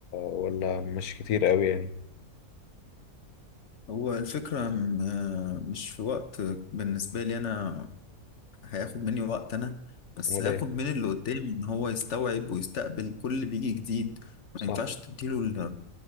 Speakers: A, on the left (about 90°); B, on the left (about 55°).
A: ولا مش كتير قوي يعني
B: هو الفكرة م- آه، مش في وقت بالنسبة لي أنا هياخد مني وقت أنا بس
A: امال
B: هياخد
A: ايه
B: من اللي قدامي إن هو يستوعب ويستقبل كل اللي بيجي جديد
A: صح
B: ما ينفعش تديله ال-